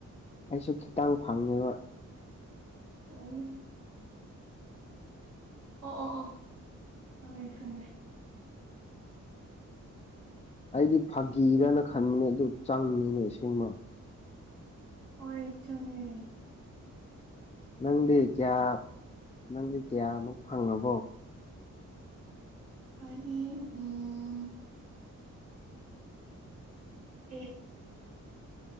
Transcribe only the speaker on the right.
ꯑꯣ ꯑꯣ ꯑꯣ ꯑꯣ ꯈꯪꯉꯦ ꯈꯪꯉꯦ
ꯍꯣꯏ ꯆꯪꯉꯦ
ꯑꯩꯗꯤ ꯎꯝ ꯑꯦꯠ